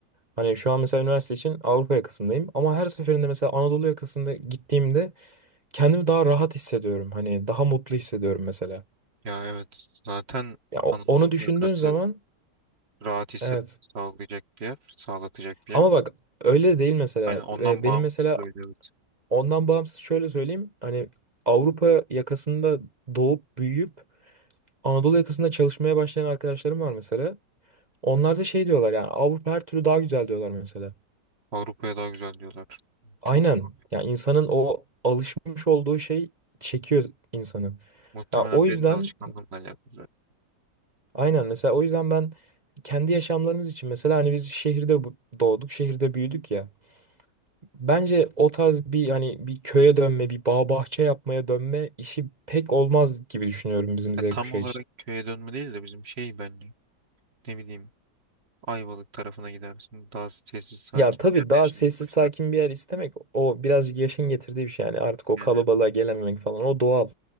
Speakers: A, on the right; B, on the right.
A: Hani şu an mesela üniversite için Avrupa yakasındayım ama her seferinde mesela Anadolu yakasında gittiğimde kendimi daha rahat hissediyorum. Hani daha mutlu hissediyorum mesela.
B: Ya evet zaten
A: Ya o-
B: Anadolu
A: onu düşündüğün
B: yakası
A: zaman
B: rahat hissetmek
A: evet.
B: sağlayacak bir yer, sağlatacak bir yer.
A: Ama bak öyle de değil mesela.
B: Hani ondan
A: Ee,
B: bağımsız
A: Benim mesela
B: da öyle evet.
A: ondan bağımsız şöyle söyleyeyim. Hani Avrupa yakasında doğup büyüyüp Anadolu yakasında çalışmaya başlayan arkadaşlarım var mesela. Onlar da şey diyorlar yani Avrupa her türlü daha güzel diyorlar mesela.
B: Avrupa'ya daha güzel diyorlar.
A: Aynen.
B: Çok zor.
A: Yani insanın o alışmış olduğu şey çekiyor insanı.
B: Muhtemelen
A: Ya o
B: benim
A: yüzden
B: de alışkanlığımla alakalı. zaten.
A: aynen mesela o yüzden ben kendi yaşamlarımız için mesela hani biz şehirde bu- doğduk, şehirde büyüdük ya. Bence o tarz bir hani bir köye dönme, bir bağ bahçe yapmaya dönme işi pek olmaz gibi düşünüyorum bizim Z
B: Ya tam
A: kuşağı
B: olarak
A: için.
B: köye dönme değil de bizim şey bence. ne bileyim Ayvalık tarafına gidersin. Daha sessiz sakin
A: Ya tabii
B: bir yerde
A: daha
B: yaşamaya
A: sessiz
B: başlarsın.
A: sakin bir yer istemek o birazcık yaşın getirdiği bir şey yani artık o
B: Yani
A: kalabalığa
B: evet
A: gelememek falan o doğal.